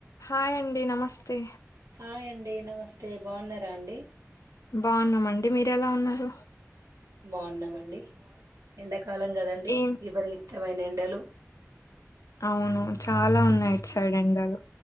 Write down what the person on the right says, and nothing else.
hi అండి నమస్తే బాగున్నారా అండి
బాగున్నామండి ఎండక్ కాలం కదండి
విపరీత్ తమైన ఎండలు